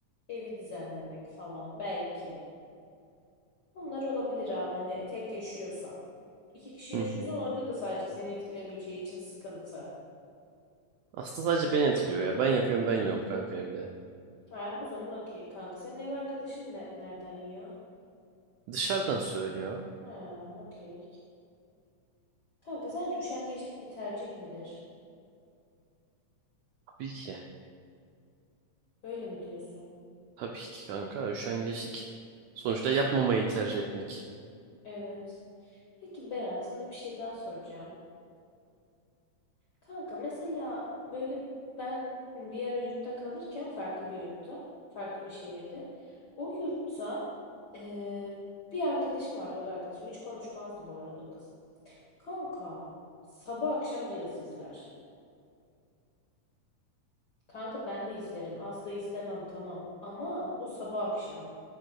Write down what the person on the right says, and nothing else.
Hı
hı.
Aslında sadece beni etkiliyor ya. Ben yapıyorum, ben yiyorum kanka evde.
Dışarıdan söylüyor.
Tabii ki.
Tabii ki kanka üşengeçlik. Sonuçta yapmamayı tercih etmek.